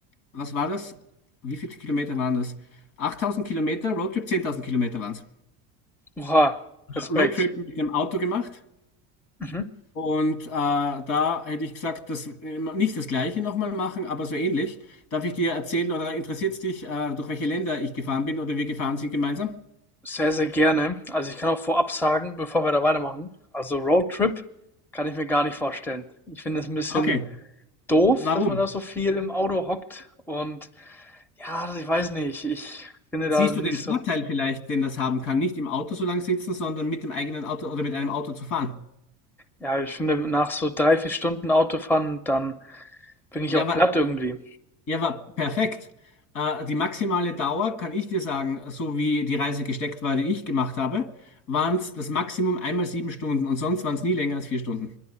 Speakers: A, on the left; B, in the centre.
A: was war das? Wie viele Kilometer waren das? 8000 Kilometer Roadtrip, 10.000 Kilometer waren es.
B: Oha, Respekt.
A: Roadtrip mit dem Auto gemacht.
B: Mhm.
A: Und äh, da hätte ich gesagt, dass äh, nicht das Gleiche nochmal machen, aber so ähnlich. Darf ich dir erzählen oder interessiert es dich, äh, durch welche Länder ich gefahren bin oder wir gefahren sind gemeinsam?
B: Sehr, sehr gerne. Also, ich kann auch vorab sagen, bevor wir da weitermachen, also Roadtrip kann ich mir gar nicht vorstellen. Ich finde es ein bisschen
A: Okay,
B: doof,
A: warum?
B: dass man da so viel im Auto hockt und ja, also ich weiß nicht, ich finde
A: Siehst
B: da
A: du
B: nicht
A: den Vorteil
B: so
A: vielleicht, den das haben kann, nicht im Auto so lang sitzen, sondern mit dem eigenen Auto oder mit einem Auto zu fahren?
B: ja, ich finde, nach so 3 4 Stunden Autofahren, dann bin ich
A: Ja,
B: auch
A: aber,
B: platt irgendwie.
A: ja, aber perfekt. Äh, die maximale Dauer, kann ich dir sagen, so wie die Reise gesteckt war, die ich gemacht habe, waren es das Maximum einmal sieben Stunden und sonst waren es nie länger als vier Stunden.